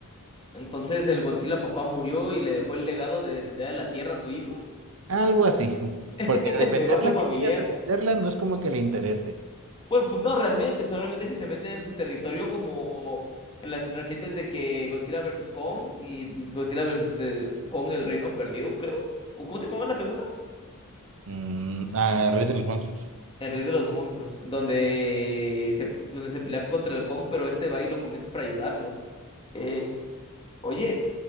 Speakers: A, on the left; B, on the right.
A: Entonces el Godzilla papá murió y le dejó el legado de defender a la Tierra a su hijo,
B: Algo así.
A: <laughs>
B: Porque defenderla,
A: el negocio familiar.
B: que digas defenderla, no es como que le interese.
A: Pues, pues no realmente, solamente si se meten en su territorio como en las recientes de que Godzilla versus Kong y Godzilla versus eh, Kong el Reino Perdido, creo. ¿O ¿Cómo se llamaba la segunda?
B: Mm, a Rey de los Monstruos.
A: El Rey de los Monstruos, donde se, donde se pelea contra el Kong, pero este va y lo convence para ayudarlo. Eh, oye,